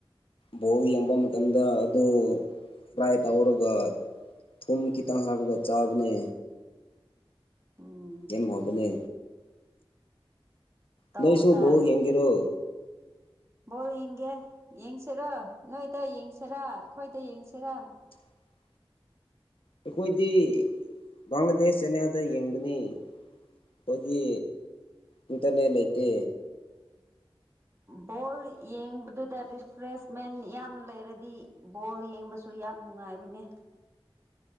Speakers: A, on the left; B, on the right.
A: ꯚꯣꯜ ꯌꯦꯡꯕ ꯃꯇꯝꯗ ꯑꯗꯨ ꯐ꯭ꯔꯥꯏ ꯇꯧꯔꯒ ꯊꯨꯝ ꯈꯤꯇꯪ ꯍꯥꯕꯒ ꯆꯥꯕꯅꯦ
B: ꯎꯝ
A: ꯌꯥꯝ ꯍꯥꯎꯕ ꯅꯦ
B: ꯇꯧꯕ
A: ꯅꯩꯁꯨꯨꯕꯣ
B: ꯇꯥꯔꯦ
A: ꯚꯣꯜ ꯌꯦꯡꯒꯦꯔꯣ
B: ꯕꯣꯜ ꯌꯦꯡꯒꯦ ꯌꯦꯡꯁꯤꯔꯣ ꯅꯣꯏꯗ ꯌꯦꯡꯁꯤꯔꯥ ꯑꯩꯈꯣꯏꯗ ꯌꯦꯡꯁꯤꯔꯥ
A: <inaudible> ꯑꯩꯈꯣꯏꯗꯤ ꯕꯪꯒ꯭ꯂꯥꯗꯦꯁ ꯆꯅꯥꯜꯗ ꯌꯦꯡꯕꯅꯤ ꯑꯩꯈꯣꯏꯗꯤ ꯏꯟꯇꯔꯅꯦꯠ ꯂꯩꯇꯦ
B: ꯕꯣꯜ ꯌꯦꯡꯕꯗꯨꯗ ꯔꯤꯐ꯭ꯔꯦꯁꯃꯦꯟ ꯌꯥꯝ ꯂꯩꯔꯗꯤ ꯕꯣꯜ ꯌꯦꯡ ꯕꯁꯨ ꯌꯥꯝ ꯅꯨꯡꯉꯥꯏꯕꯅꯦ